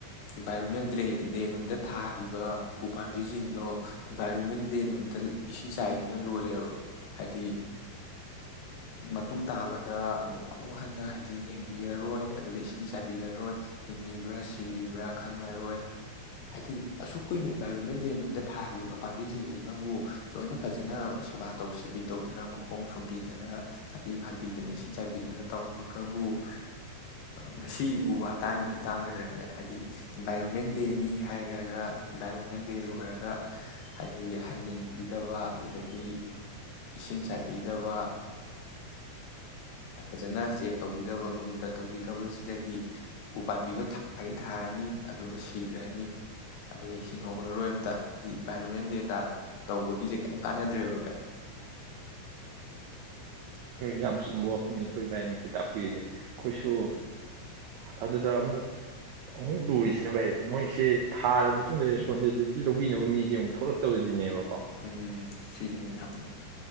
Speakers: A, on the left; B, on the right.
A: ꯏꯟꯚꯥꯏꯔꯣꯟꯃꯦꯟ ꯗꯦ ꯗꯦ ꯅꯨꯃꯤꯠꯇ ꯊꯥ꯫ <unintelligible> ꯎ ꯄꯥꯝꯕꯤꯁꯤꯡꯗꯣ ꯏꯟꯚꯥꯏꯔꯣꯟꯃꯦꯟ ꯗꯦ ꯅꯨꯃꯤꯠꯇ ꯏꯁꯤꯡ ꯆꯥꯏꯗꯨꯅ ꯂꯣꯏꯔꯦꯕ ꯍꯥꯏꯗꯤ꯫ ꯃꯇꯨꯡ ꯇꯥꯕꯗ ꯑꯃꯨ ꯑꯃꯨꯛ ꯍꯟꯅ ꯍꯥꯏꯗꯤ ꯌꯦꯡꯕꯤꯔꯔꯣꯏ ꯑꯗꯨꯗ ꯏꯁꯤꯡ ꯆꯥꯏꯕꯤꯔꯔꯣꯏ ꯍꯤꯡꯉꯤꯕ꯭ꯔꯥ ꯁꯤꯔꯤꯕ꯭ꯔꯥ ꯈꯪꯂꯔꯣꯏ ꯍꯥꯏꯗꯤ ꯑꯁꯨꯛ ꯀꯨꯏꯅ ꯏꯟꯚꯥꯏꯔꯣꯟꯃꯦꯟ ꯗꯦ ꯅꯨꯃꯤꯠꯇ ꯊꯥꯈꯤꯕ ꯄꯥꯝꯕꯤꯁꯤꯡꯁꯤꯅꯕꯨ ꯂꯣꯏꯅ ꯐꯖꯅ ꯁꯦꯕꯥ ꯇꯧ ꯁꯦꯕꯤ ꯇꯧꯗꯅ ꯑꯃꯨ꯫ ꯃꯈꯣꯡ ꯁꯣꯝꯕꯤꯗꯅ ꯅꯥꯄꯤ ꯐꯟꯕꯤꯗꯅ ꯏꯁꯤꯡ ꯆꯥꯏꯕꯤꯗꯅ ꯇꯧꯔꯝꯃꯒꯕꯨ ꯉꯁꯤ ꯎ ꯋꯥ ꯇꯥꯡꯉꯁꯤ ꯇꯥꯡꯒꯗ꯭ꯔꯅꯦ ꯍꯥꯏꯗꯤ꯫ ꯏꯟꯚꯥꯏꯔꯣꯟꯃꯦꯟ ꯗꯦꯅꯤ꯫ ꯍꯥꯏꯈ꯭ꯔꯒ ꯏꯟꯚꯥꯏꯔꯣꯟꯃꯦꯟ ꯗꯦ ꯂꯣꯏꯔꯒ ꯍꯥꯏꯗꯤ ꯍꯟꯅ ꯌꯦꯡꯕꯤꯗꯕ ꯑꯗꯨꯗꯒꯤ ꯏꯁꯤꯡ ꯆꯥꯏꯕꯤ꯫ ꯕꯤꯗꯕ꯫ ꯐꯖꯅ ꯆꯦꯛ ꯇꯧꯕꯤꯗꯕ ꯃꯣꯅꯤꯇꫪ ꯇꯧꯕꯤꯗꯕꯁꯤꯗꯒꯤ ꯎ ꯄꯥꯝꯕꯤꯗꯣ ꯊꯥꯒꯩ ꯊꯥꯔꯅꯤ ꯑꯗꯨꯒ ꯁꯤꯈ꯭ꯔꯅꯤ ꯑꯗꯨꯗꯒꯤ꯫ ꯍꯤꯡꯍꯧꯔꯔꯣꯏ ꯑꯃꯇ ꯍꯥꯏꯗꯤ ꯏꯟꯚꯥꯏꯔꯣꯟꯃꯦꯟ ꯗꯦ ꯇꯧꯕꯒꯤꯁꯦ ꯀꯩꯝ ꯀꯥꯟꯅꯗ꯭ꯔꯦꯕ ꯥꯚꯥꯏ꯫
B: ꯌꯥꯝ ꯆꯨꯝꯕ ꯋꯥꯐꯝꯅꯤ ꯑꯩꯈꯣꯏ ꯚꯥꯏ ꯉꯁꯤ ꯇꯥꯛꯄꯤꯔꯤꯁꯦ ꯑꯩꯈꯣꯏꯁꯨ ꯑꯗꯨꯗ ꯑꯃꯨꯛ ꯑꯃꯨꯛ ꯂꯨꯔꯤꯁꯤꯅ ꯚꯥꯏ ꯃꯣꯏꯁꯦ꯫ ꯊꯥꯔꯕ ꯃꯇꯨꯡꯗ꯫ ꯑꯦꯕꯤꯂꯤꯇꯤ ꯂꯧꯕꯤꯅꯕ ꯃꯤꯁꯦ ꯑꯃꯨꯛ ꯊꯣꯛꯂꯛꯇꯕꯁꯤꯅꯦꯕ꯫
A: ꯎꯝ ꯁꯤꯅꯤ ꯌꯥꯝꯅ꯫